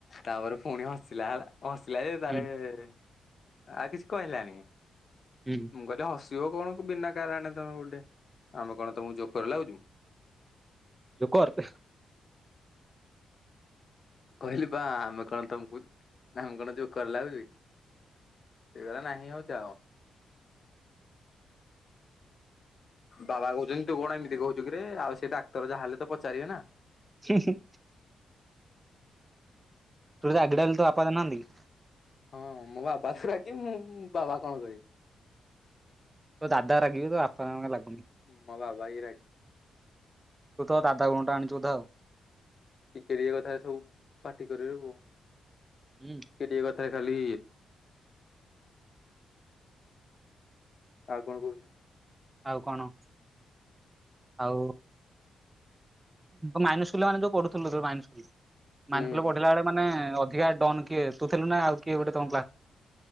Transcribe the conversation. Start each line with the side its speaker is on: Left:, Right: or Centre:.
Left: ତା'ପରେ ଫୁଣି ହସିଲା, ହସିଲା ଯେ ତାରେ
Right: ହୁଁ
Left: ଆଉ କିଛି କହିଲାନି?
Right: ହୁଁ
Left: ମୁଁ କହିଲି ହେ ହସିବ କଣ ବିନା କାରଣେ ତମେ ଗୁଟେ! ଆମେ କଣ ତମକୁ ଜୋକରେ ଲାଗୁଛୁ? ହ
Right: ଯୋକର୍!
Left: କହିଲି ବା ଆମେ କଣ ତମକୁ ନାମ କଣ ଯୋଉ କର <unintelligible> ସେ <unintelligible> ନାହିଁ ଆଉ <unintelligible> ବାବା କହୁଛନ୍ତି ତୁ କଣ ଏମିତି କହୁଚୁ କିରେ ଆଉ ସେ ଡାକ୍ତର ଯାହା ହେଲେ ତ ପଚାରିବେ ନା।
Right: ହିଁ ହି। ତୁ ଆଗ <unintelligible> ତୋ ବାପା <unintelligible>
Left: ହଁ ମୋ ବାବା ତ ରହିବେ ମୁଁ ବାବା ଙ୍କୁ କହେ।
Right: ତୋ ଦାଦା ରାଗିବେ ତୋ ବାପା ଲାଗୁନି।
Left: ମୋ ବାବା ହିଁ ରାଗି
Right: ତୁ ତୋ ଦାଦା ଗୁଣଟା ଆଣୁଚୁ ଆଉ।
Left: ଟିକେ ଟିକେ କଥାରେ ସବୁ ପାଟି କରିଦୋଉ।
Right: ହୁଁ।
Left: ଟିକେ ଟିକେ କଥାରେ ଖାଲି ଆଉ <unintelligible>
Right: ଆଉ କଣ? ଆଉ ମାଇନର ସ୍କୁଲ ମାନେ ଯୋଉ ପଢୁଥିଲୁ ମାଇନର
Left: ହୁଁ
Right: ସ୍କୁଲ ପଢିଲା ବେଳେ ମାନେ ଅଧିକ ଡନ କିଏ ତୁଥିଲୁ ନା ଆଉ କିଏ ଗୋଟେ ତ